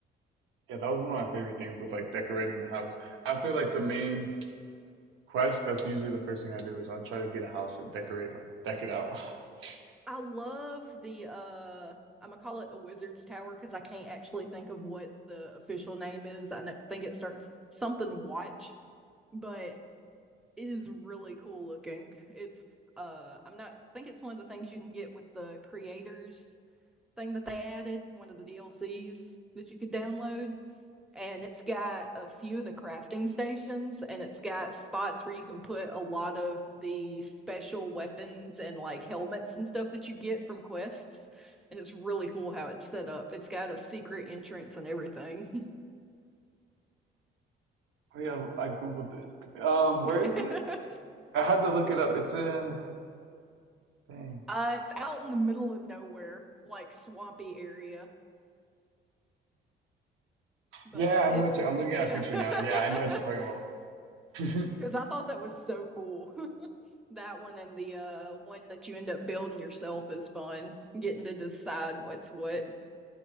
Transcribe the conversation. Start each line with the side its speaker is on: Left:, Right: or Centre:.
Right: Yeah, that was one
Centre: Oh,
Right: of my favorite things was like decorating the house. After like the main quest, that's usually the first thing I do is I try to get a house and decorate like deck it out. <laughs> <sighs>
Centre: I love the uh I'm gonna call it a wizard's tower because I can't actually think of what the official name is. I know, think it starts something watch, but it is really cool looking. It's uh I'm not I think it's one of the things you can get with the creators thing that they added, one of the DLCs that you could download. and it's got a few of the crafting stations and it's got spots where you can put a lot of the special weapons and like helmets and stuff that you get from quests and it's really cool how it's set up it's got a secret entrance and everything <laughs>
Right: Oh yeah, I googled it. Um, where
Centre: uh,
Right: is it? I had to look it up. It's in. Dang.
Centre: it's out in the middle of nowhere like swampy area but
Right: Yeah, I
Centre: it's
Right: know what you're. I'm looking at
Centre: yeah
Right: a picture now. Yeah,
Centre: <laughs>
Right: I know what you're talking about.
Centre: Because
Right: <laughs>
Centre: I thought that was so cool. <laughs> That one and the uh one that you end up building yourself is fun. Getting to decide what's what.